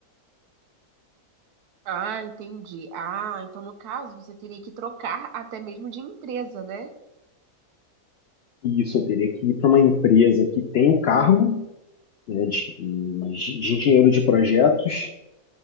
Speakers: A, on the right; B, on the left.
A: Ah, entendi. Ah, então no caso você teria que trocar até mesmo de empresa, né?
B: E isso eu teria que ir para uma empresa que tem o cargo né, de, de engenheiro de projetos.